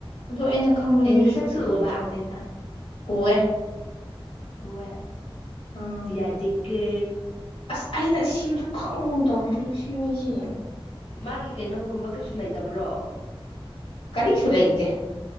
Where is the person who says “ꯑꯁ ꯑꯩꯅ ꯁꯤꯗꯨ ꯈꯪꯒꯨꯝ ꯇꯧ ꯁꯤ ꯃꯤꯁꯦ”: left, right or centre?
Left